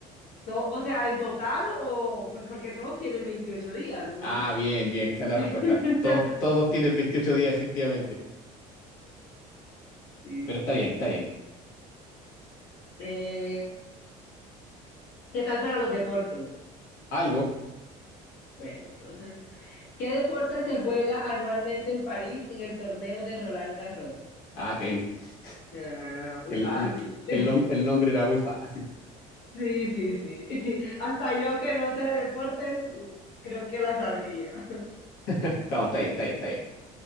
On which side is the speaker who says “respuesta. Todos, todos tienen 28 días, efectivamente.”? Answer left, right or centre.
Left